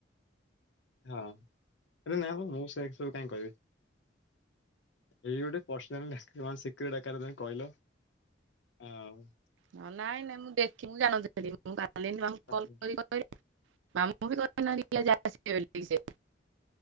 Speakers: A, on the left; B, on the right.
A: ହଁ ନାଇଁ ମୁଁ ସେ ସବୁ କାଇଁ କହିବି। ଏଇ ଗୋଟେ ପର୍ସନାଲ ଶ ଡା ତମେ କହିଲ ଆଉ।
B: ନାଇଁ ନାଇଁ ମୁଁ ଦେଖିନ ମୁଁ ଜାଣନ୍ତି ସେଠି ମୁଁ ଗାଲିିଙ୍କୁ କଲ
A: ହୁଁ,
B: କରି କି ମାମୁଁ ବି କହିନଥିଲେ ଆସିବେ ବୋଲି ସେ।